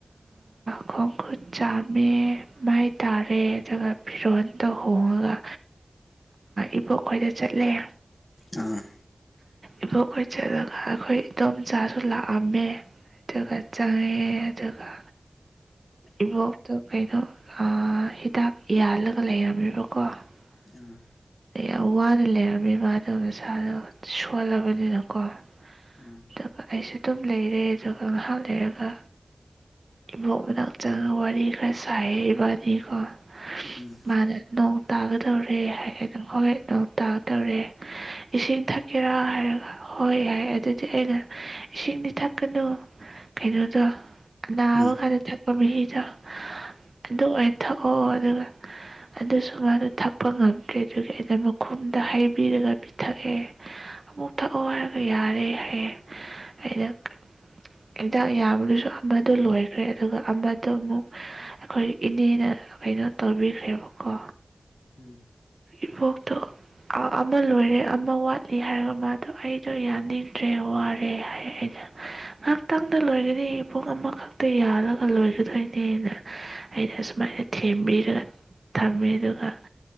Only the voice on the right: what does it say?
ꯈꯣꯡ ꯈꯨꯨꯠ ꯆꯥꯝꯃꯦ ꯃꯥꯏ ꯇꯥꯔꯦ ꯑꯗꯨꯒ ꯐꯤꯔꯣꯟꯜꯗ ꯍꯣꯡꯉꯒ ꯏꯕꯣꯛ ꯈꯣꯏꯗ ꯆꯠꯂꯦ
ꯏꯕꯣꯛꯈꯣꯏ ꯆꯠꯂꯒ ꯑꯩꯈꯣꯏ ꯏꯗꯣꯝꯆꯥꯁꯨ ꯂꯥꯛꯑꯝꯃꯦ ꯑꯗꯨꯒ
ꯆꯪꯉꯦ ꯑꯦ ꯑꯗꯨꯒ ꯏꯕꯣꯛꯇꯣ ꯀꯩꯅꯣ ꯍꯤꯗꯥꯛ ꯌꯥꯜꯂꯒ ꯂꯩꯔꯝꯃꯦꯕꯀꯣ ꯑꯗ
ꯌꯥꯝ ꯋꯥꯅ ꯂꯩꯔꯝꯃꯦꯕꯗꯣ ꯃꯁꯥꯗꯣ ꯁꯣꯜꯂꯕꯅꯤꯅꯀꯣ
ꯑꯗꯨꯒ ꯑꯩꯁꯨ ꯑꯗꯨꯝ ꯂꯩꯔꯦ ꯑꯗꯨꯒ ꯉꯥꯏꯍꯥꯛ ꯂꯩꯔꯒ ꯏꯕꯣꯛ ꯃꯅꯥꯛ ꯆꯪꯒ ꯋꯥꯔꯤ ꯈꯔ ꯁꯥꯏꯕꯥꯅꯤꯀꯣ
ꯃꯥꯔꯦ ꯅ ꯇꯥꯒꯗꯧꯔꯦ ꯍꯥꯏꯪ ꯍꯣꯏ ꯅꯣꯡ ꯇꯥꯒꯗꯧꯔꯦ ꯏꯁꯤꯡ ꯊꯛꯀꯦꯔꯥ ꯍꯥꯏꯔꯒ ꯍꯣꯏ ꯌꯥꯏ ꯑꯗꯨꯗꯤ ꯑꯩꯅ ꯏꯁꯤꯡꯗꯤ ꯊꯛꯀꯅꯨ ꯀꯣ ꯀꯨꯠꯇ ꯅꯥꯕ
ꯀꯥꯟꯗ ꯊꯪ ꯃꯤꯗ ꯑꯗꯨ ꯑꯣꯏꯅ ꯊꯛꯑꯣ ꯑꯗꯨꯒ ꯑꯗꯨꯁꯨ ꯃꯥꯗ ꯊꯛꯄ ꯉꯝꯗ꯭ꯔꯦ ꯑꯗꯨꯒꯤ ꯑꯩꯅ ꯃꯈꯨꯝꯗ ꯍꯩꯕꯤꯔꯒ ꯄꯤꯊꯛꯑꯦ ꯑꯃꯨꯛ ꯊꯛꯑꯣ ꯍꯥꯏꯔꯒ ꯌꯥꯔꯦ ꯍꯥꯏꯌꯦꯦ ꯑꯩꯅ ꯍꯤꯗꯥꯛ ꯑꯗꯨꯁꯨ ꯑꯃꯗ ꯂꯣꯏꯈ꯭ꯔꯦ ꯑꯗꯨꯒ ꯑꯃꯗꯣ ꯑꯃꯨꯛ ꯑꯩꯈꯣꯏ ꯏꯅꯦꯅ ꯀꯩꯅꯣ ꯇꯧꯕꯤꯈ꯭ꯔꯦꯕꯀꯣ
ꯏꯕꯣꯛꯇꯣ ꯑꯃ ꯂꯣꯏꯔꯦ ꯑꯃ ꯋꯥꯠꯂꯤ ꯍꯥꯏꯔꯒ ꯃꯥꯗꯣ ꯑꯩꯗꯣ ꯌꯥꯅꯤꯡꯗ꯭ꯔꯦ ꯋꯥꯔꯦ ꯍꯥꯏ ꯑꯩꯅ ꯉꯥꯏꯍꯥꯛꯇꯪꯗ ꯂꯣꯏ ꯑꯩ ꯄꯨꯡ ꯑꯃꯈꯛꯇ ꯌꯥꯜꯂꯒ ꯂꯣꯏꯒꯗꯣꯏꯅꯦꯅ ꯑꯩꯅ ꯁꯨꯃꯥꯏꯅ ꯊꯦꯝꯕꯤꯔꯒ ꯊꯝꯃꯤ
ꯑꯗꯨꯒ